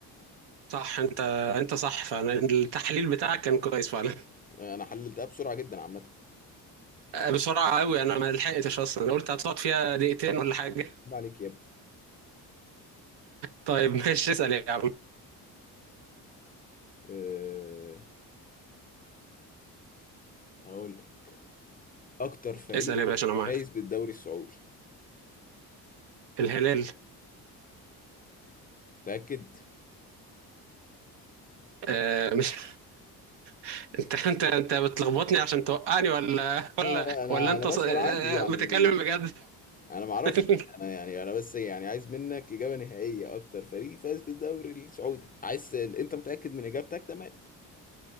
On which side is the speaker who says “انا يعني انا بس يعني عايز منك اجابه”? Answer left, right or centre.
Left